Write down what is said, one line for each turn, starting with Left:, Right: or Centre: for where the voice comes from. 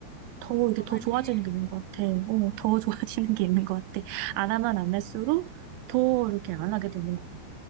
Right: 더 이게
Centre: 더
Right: 더
Centre: 많이
Right: 좋아지는
Centre: 해.
Right: 게 있는 것 같아. 어, 더 <laughs> 좋아지는 게 있는
Centre: 네.
Right: 것 같아. 안 하면 안 할수록 더 이렇게 안 하게 되는 것 같고.